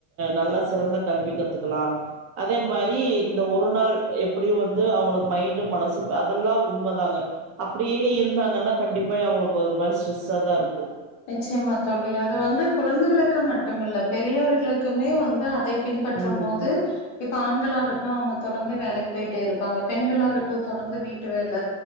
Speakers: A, on the right; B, on the left.
A: நல்லா சிறந்த கல்வி கத்துக்கலாம் அதே மாரி இந்த ஒரு நாள் எப்புடி வந்து அவங்களுக்கு மைண்டு மனசு அதெல்லா உண்மதாங்க அப்பிடியே இருந்தாங்கன்னா கண்டிப்பா அவங்க ஒரு மாரி ஸ்ட்ரெஸ்ஸா தாருக்கு
B: நிச்சயமா தோழி அது வந்து குழந்தைகளுக்கு மட்டுமில்ல பெரியவர்களுக்குமே வந்து அதை பின்பற்றும்
A: ம்
B: போது இப்ப ஆண்கள் ஆகட்டு அவுங்க தொடர்ந்து வேலைக்கு போய்டேருப்பாங்க பெண்கள் ஆகட்டு தொடர்ந்து வீட்டு வேல